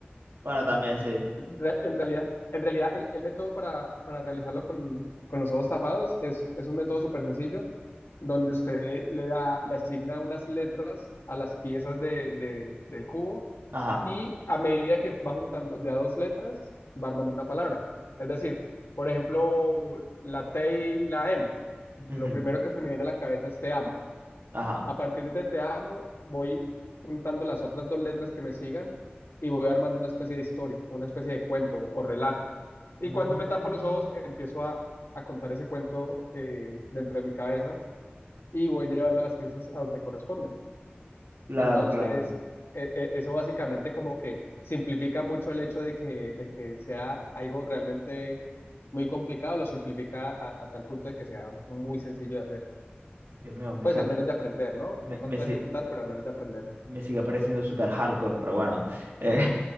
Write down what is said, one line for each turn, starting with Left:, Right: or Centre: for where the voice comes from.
Right: Bueno, también sí.
Left: Re- En realidad, en realidad el, el método para, para realizarlo con, con los ojos tapados es, es un método súper sencillo donde usted le da, le asigna unas letras a las piezas de, de- del cubo
Right: Ajá.
Left: y a medida que va juntando de a dos letras, va armando una palabra. Es decir, por ejemplo, la T y la M. Lo
Right: ujú,
Left: primero que se me viene a la cabeza es te amo.
Right: Ajá.
Left: A partir de te amo, voy juntando las otras dos letras que me sigan y voy armando una especie de historia, una especie de cuento o relato. Y
Right: Mm,
Left: cuando me tapo los ojos, empiezo a, a contar ese cuento eh, dentro de mi cabeza y voy llevando las piezas a donde corresponden.
Right: claro,
Left: Entonces,
Right: claro.
Left: e- e- eso básicamente como que simplifica mucho el hecho de que, de que sea algo realmente muy complicado, lo simplifica a, a tal punto de que sea muy sencillo de hacer.
Right: Dios mío, me
Left: Pues
Right: sigue,
Left: al
Right: pare-
Left: menos de aprender, ¿no?
Right: me,
Left: No tanto
Right: me si-
Left: de ejecutar, pero al menos de aprenderlo.
Right: me sigue pareciendo súper hardcore, pero bueno. Eh,